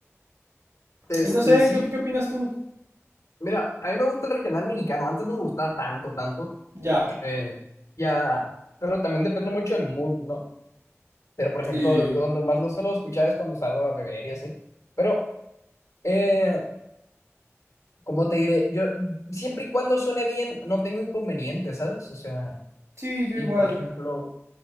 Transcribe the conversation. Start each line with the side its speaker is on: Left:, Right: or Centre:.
Left: desde
Right: Y no sé,
Left: sí.
Right: ¿qué, qué opinas tú?
Left: Mira, a mí me gusta el regional mexicano, antes no me gustaba tanto, tanto.
Right: Ya.
Left: Eh, ya, pero también depende mucho del mood, ¿no? Pero, por ejemplo,
Right: Sí.
Left: donde más lo suelo escuchar es cuando salgo a beber y así. Pero, eh, ¿cómo te diré? Yo, siempre y cuando suene bien, no tengo inconvenientes, ¿sabes? O sea,
Right: Sí, yo
Left: y
Right: igual.
Left: por ejemplo,